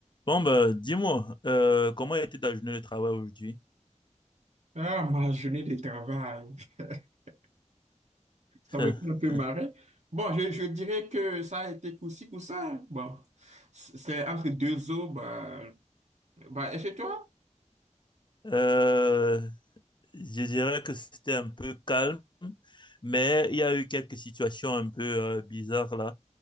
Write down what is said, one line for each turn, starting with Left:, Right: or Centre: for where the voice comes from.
Left: Bon, bah, dis-moi, euh, comment a été ta journée de travail aujourd'hui?
Right: Ah, ma journée de travail. <laughs> Ça me
Left: <laughs>
Right: fait un peu marrer. Bon, je, je dirais que ça a été coup-ci, coup-ça. Bon, c'est c'est entre deux eaux. Bah, bah, et chez toi?
Left: Euh, je dirais que c'était un peu calme, mais il y a eu quelques situations un peu euh, bizarres là